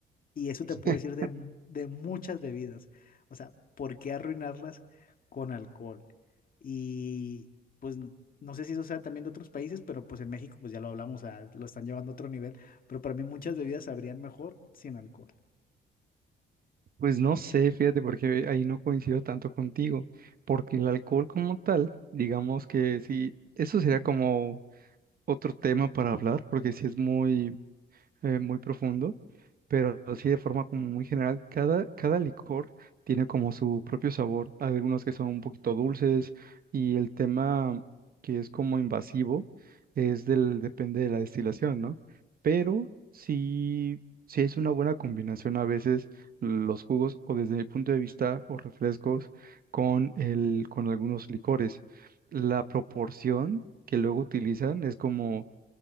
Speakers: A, on the left; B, on the right.
A: Y eso te
B: <laughs>
A: puedo decir de, mu- de muchas bebidas. O sea, ¿por qué arruinarlas con alcohol? Y pues n- no sé si eso sea también de otros países, pero pues en México pues ya lo hablamos, o sea, lo están llevando a otro nivel. Pero para mí muchas bebidas sabrían mejor sin alcohol.
B: Pues no sé, fíjate, porque ahí no coincido tanto contigo, porque el alcohol como tal, digamos que sí, eso sería como otro tema para hablar, porque sí es muy, eh, muy profundo. pero sí de forma como muy general, cada, cada licor tiene como su propio sabor, Hay algunos que son un poquito dulces y el tema que es como invasivo es del, depende de la destilación, ¿no? Pero sí, sí es una buena combinación a veces los jugos o desde mi punto de vista o refrescos con el, con algunos licores. La proporción que luego utilizan es como